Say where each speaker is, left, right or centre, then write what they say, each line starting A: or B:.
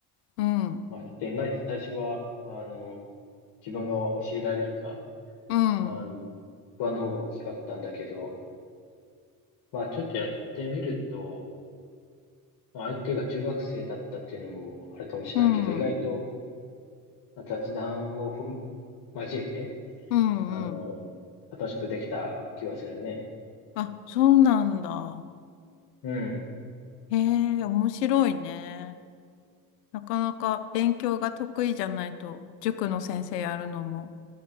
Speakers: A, on the left; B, on the left.
A: うん。
B: まあ、ちょっといまいち最初は、あの、自分が教えられるか、
A: うん。
B: あの、不安の方が大きかったんだけど、まあ、ちょっとやってみると、まあ、相手が中学生だったっていうのもあるかもしれないけど、
A: うん。
B: 意外とまあ雑談もふん、交えて、
A: うんうん。
B: あの、楽しくできた気はするね。
A: あ、そうなんだ。
B: うん。
A: へえ、面白いね。なかなか勉強が得意じゃないと、塾の先生やるのも